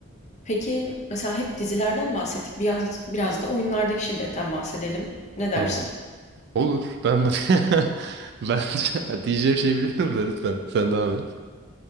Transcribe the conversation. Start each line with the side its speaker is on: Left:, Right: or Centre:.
Left: Peki mesela hep dizilerden bahsettik. Biraz, biraz da oyunlardaki şiddetten bahsedelim. Ne
Right: tamam.
Left: dersin?
Right: Olur. Ben <laughs> bence diyeceğim şey biliyorum da lütfen sen devam et.